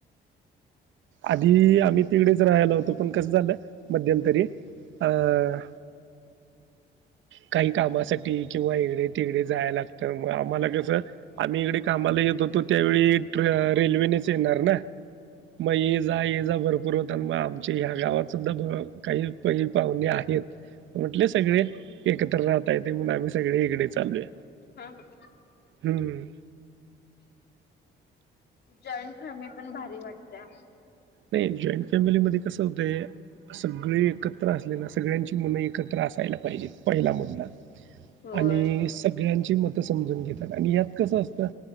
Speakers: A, on the right; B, on the left.
A: आधी आम्ही तिकडेच रहायला होतो पण कसं झालं मध्यमंतरी अं काही कामासाठी किंवा इकडे तिकडे जायला लागतात मग आम्हाला कसं आम्ही इकडे कामाला येत होतो त्यावेळी ट्रे रेल्वेनेच येणार ना. मग ये जा ये जा भरपूर होता आणि मग आमच्या ह्या गावात सुद्धा भा काही पहि पाहुणे आहेत. म्हटले सगळे एकत्र राहता येत म्हणून आम्ही सगळे इकडे चाल्लोय.
B: हा ह.
A: हम्म.
B: जॉईंट फॅमिली पण भारी वाटत्या.
A: नाही जॉईंट फॅमिलीमध्ये कसं होतंय सगळे एकत्र असले ना सगळ्यांची मन एकत्र असायला पाहिजेत पहिला मुद्धा
B: होय.
A: आणि सगळ्यांची मतं समजून घेतात आणि यात कसं असतं